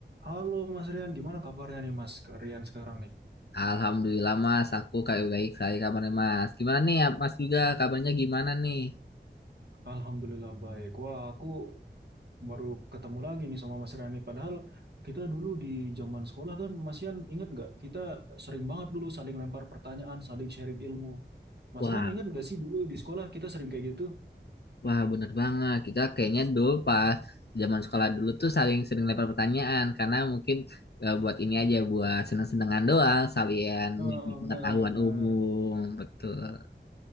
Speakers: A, on the right; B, on the left.
A: Halo Mas Rian, gimana kabarnya nih Mas Rian sekarang nih?
B: Alhamdulillah Mas, aku kayak baik saya kabarnya Mas. Gimana nih ya, Mas juga kabarnya gimana nih?
A: Alhamdulillah baik. Wah, aku baru ketemu lagi nih sama Mas Rian nih. Padahal kita dulu di zaman sekolah kan, Mas Rian ingat nggak? Kita sering banget dulu saling lempar pertanyaan, saling sharing ilmu. Mas
B: Wah,
A: Rian ingat nggak sih dulu di sekolah kita sering kayak gitu?
B: wah bener banget. Kita kayaknya dulu pas zaman sekolah dulu tuh saling sering lempar pertanyaan karena mungkin eh, buat ini aja buat seneng-senengan doang, salian
A: Nah,
B: mengisi pengetahuan
A: bener.
B: umum. Betul.